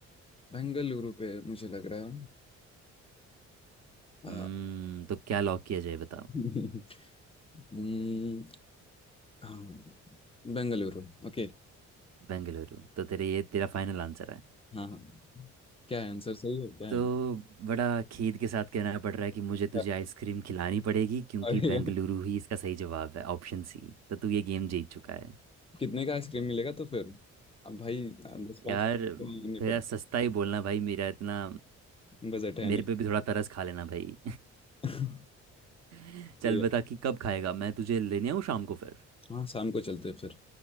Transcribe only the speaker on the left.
बेंगलुरु पे मुझे लग रहा है अ,
<laughs> हम्म, हाँ बेंगलुरु ओके
हाँ हाँ क्या है आंसर सही होता है
क्या?
अरे
यार
कितने का आइसक्रीम मिलेगा तो फिर अब भाई दस पाँच
तो नहीं निपट
बजट है
नहीं
<laughs>
ये
हाँ शाम को चलते हैं फिर